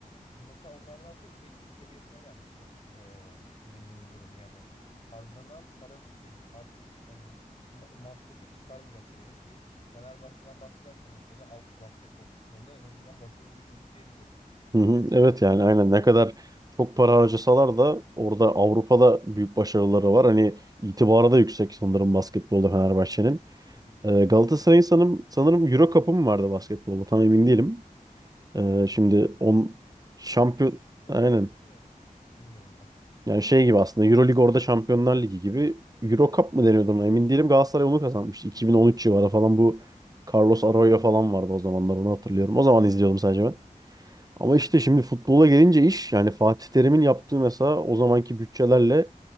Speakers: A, on the left; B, on the right.
A: Hani Mesela onlar da artık şey seviyesine gelmişler. Ee, gelindi durum yani harcanan para şey artık yani ma- masrafı çıkarmayacak seviyede ki Fenerbahçe'den bahsederken mesela av- basketbol kısmında en azından başarılı bir kulüp diyebiliyoruz.
B: Hı hı. Evet yani aynen ne kadar çok para harcasalar da orada Avrupa'da büyük başarıları var. Hani itibarı da yüksek sanırım basketbolda Fenerbahçe'nin.
A: Hı hı.
B: Ee, Galatasaray'ın sanırım, sanırım Euro Cup'ı mı vardı basketbolda tam emin değilim. Ee, şimdi on
A: Ee,
B: şampiyon
A: yanlış söylemeyeyim
B: aynen
A: de bilmiyorum tam.
B: yani şey gibi aslında Euroleague orada Şampiyonlar Ligi gibi Euro Cup mı deniyordu ona emin değilim Galatasaray onu kazanmıştı 2013 civarı falan bu Carlos
A: Ha.
B: Arroyo falan vardı o zamanlar onu hatırlıyorum. O zaman izliyordum sadece ben. Ama işte şimdi futbola gelince iş yani Fatih Terim'in yaptığı mesela o zamanki bütçelerle